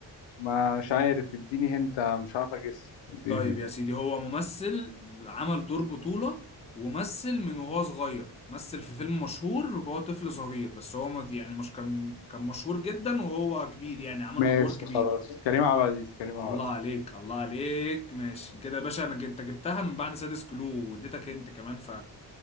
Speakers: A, on the left; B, on the left.
A: مش عارف اديني هنت مش عارف اجس اديني
B: طيب
A: هنت
B: يا سيدي هو ممثل عمل دور بطولة ومثل من وهو صغير مثل في فيلم مشهور وهو طفل صغير بس هو ما- يعني مش كان كان مشهور جدا وهو كبير يعني عمل
A: ماشي
B: ادوار كبير
A: خلاص كريم عبد العزيز كريم عبد
B: الله
A: العزيز
B: عليك الله عليك ماشي كده يا باشا انا انت جبتها من بعد سادس كلو واديتك انت كمان ف